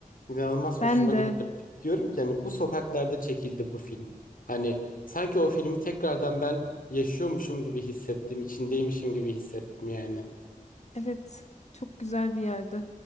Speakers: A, on the left; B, on the left.
A: İnanılmaz
B: Ben
A: hoşuma
B: de
A: gitti. Diyorum ki hani bu sokaklarda çekildi bu film. Hani sanki o filmi tekrardan ben yaşıyormuşum gibi hissettim, içindeymişim gibi hissettim yani.
B: evet çok güzel bir yerde.